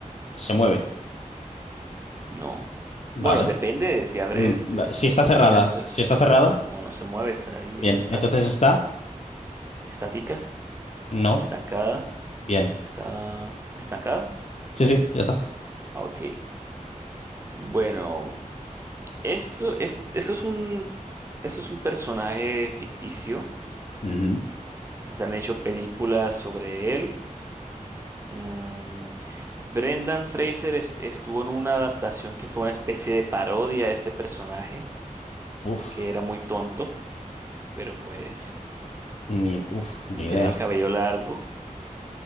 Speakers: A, on the left (about 55°); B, on the right (about 20°).
A: se mueve.
B: no.
A: Vale.
B: Bueno, depende de si abres
A: Mm,
B: eh,
A: va- Si
B: las
A: está
B: turbinas
A: cerrada,
B: y todo
A: si
B: eso.
A: está cerrada,
B: No, no se mueve, está ahí,
A: bien.
B: es estática.
A: Entonces está,
B: Estática,
A: no,
B: estancada,
A: bien.
B: está, ¿es estancada?
A: Sí, sí, ya está.
B: Ah, Ok. Bueno, esto, es, esto es un, esto es un personaje ficticio.
A: Ujú.
B: Se han hecho películas sobre él. Mm, Brendan Fraser es- estuvo en una adaptación que fue una especie de parodia de este personaje,
A: Uf,
B: que era muy tonto, pero pues,
A: ni, uf, ni
B: y
A: idea.
B: tenía el cabello largo,